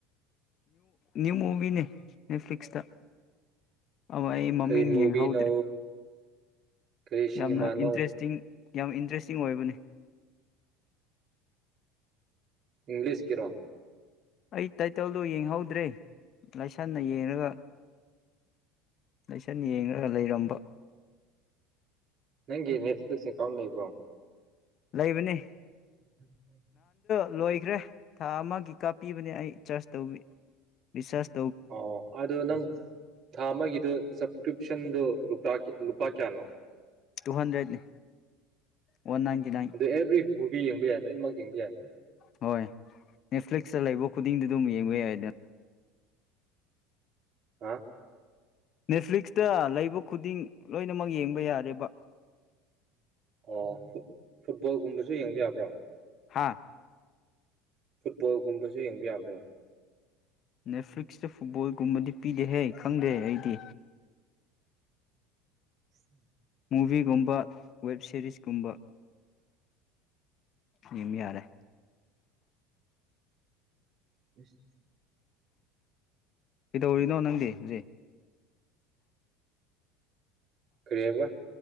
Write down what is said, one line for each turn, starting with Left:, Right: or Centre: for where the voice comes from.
Left: ꯅ꯭ꯌꯨ ꯃꯨꯕꯤꯅꯦ ꯅꯦꯠꯐꯂꯤꯛꯁꯗ ꯑ ꯑꯩ ꯃꯃꯤ
Right: ꯀꯔꯤ ꯃꯨꯚꯤꯅꯣ
Left: ꯌꯦꯡ ꯍꯧꯗ꯭ꯔꯔꯤ
Right: ꯀꯔꯤ ꯁꯤꯅꯦꯃꯥꯅꯣ
Left: ꯌꯥꯝꯅ ꯏꯟꯇꯔꯦꯁꯇꯤꯡ ꯌꯥꯝ ꯏꯟꯇꯔꯦꯁꯇꯤꯡ ꯑꯣꯏꯕꯅꯤ
Right: ꯏꯪꯂꯤꯁ ꯀꯔꯣ
Left: ꯑꯩ ꯇꯥꯏꯇꯜꯗꯨꯣ ꯌꯦꯡꯍꯧꯗ꯭ꯔꯦ ꯂꯥꯏꯁꯟꯅ ꯌꯦꯡꯉꯒ ꯂꯥꯏꯁꯟꯅ ꯌꯦꯡꯉꯒ ꯂꯩꯔꯝꯕ
Right: ꯅꯪ ꯅꯦꯠ ꯐꯤꯂꯤꯛꯁ ꯑꯦꯀꯥꯎꯟ ꯂꯩꯕ꯭ꯔꯣ
Left: ꯂꯩꯕꯅꯤ
Right: ꯍ ꯑꯗꯨꯔ ꯐꯥꯏ
Left: ꯂꯣꯏꯈ꯭ꯔꯦ ꯊꯥ ꯑꯃꯒꯤ ꯀꯥꯞꯄꯤꯕꯅꯦ ꯑꯩ ꯆꯥꯔꯖ ꯇꯧꯕꯤ ꯔꯤꯁꯁ
Right: ꯑꯣ ꯑꯗꯣ ꯅꯪ ꯊꯥ ꯑꯃꯒꯤꯗꯨ ꯀ꯭ꯔꯤꯞꯁꯟꯗꯨ ꯂꯨ ꯂꯨꯄꯥ ꯀꯌꯥꯅꯣ
Left: ꯇꯨ ꯍꯟꯗ꯭ꯔꯦꯠꯅꯤ ꯋꯥꯟ ꯅꯥꯏꯟꯇꯤ ꯅꯥꯏꯟ
Right: ꯑꯗꯨ ꯑꯦꯚ꯭ꯔꯤ ꯃꯨꯚꯤ ꯌꯦꯡꯕ ꯌꯥꯏ ꯂꯣꯏꯅꯃꯛ ꯌꯦꯡꯕ ꯌꯥꯏ
Left: ꯍꯣꯏ ꯅꯦꯠꯐ꯭ꯂꯤꯛꯁꯇ ꯂꯩꯕ ꯈꯨꯗꯤꯡꯗꯤ ꯑꯗꯨꯝ ꯌꯦꯡꯕ ꯌꯥꯏꯗꯅ
Right: ꯍꯥ
Left: ꯅꯦꯠꯐ꯭ꯂꯤꯛꯁꯇ ꯂꯩꯕ ꯈꯨꯗꯤꯡ ꯂꯣꯏꯅꯃꯛ ꯌꯦꯡꯕ ꯌꯥꯔꯦꯕ
Right: ꯑꯣ ꯐꯨꯠꯕꯣꯜꯒꯨꯝꯕꯁꯨ ꯌꯦꯡꯕ ꯌꯥꯕ꯭ꯔꯣ
Left: ꯍꯥꯥ
Right: ꯐꯨꯠꯕꯣꯜꯒꯨꯝꯕꯁꯨ ꯌꯦꯡꯕ ꯌꯥꯕ꯭ꯔꯣ
Left: ꯅꯦꯠꯐ꯭ꯂꯤꯛꯁ ꯐ ꯐꯨꯠꯕꯣꯜꯒꯨꯝꯕꯗꯤ ꯄꯤꯗꯦꯍꯩ ꯈꯪꯗꯦ ꯑꯩ <inaudible>
Right: ꯎꯝ
Left: ꯃꯨꯚꯤꯒꯨꯝꯕ ꯋꯦꯕ ꯁꯦꯔꯤꯁꯀꯨꯝꯕ ꯌꯦꯡꯕ ꯌꯥꯔꯦ
Right: ꯁ
Left: ꯀꯩꯗꯧꯔꯤꯅꯣ ꯅꯪꯗꯤ ꯍꯧꯖꯤꯛ
Right: ꯀꯔꯤ ꯍꯥꯏꯕ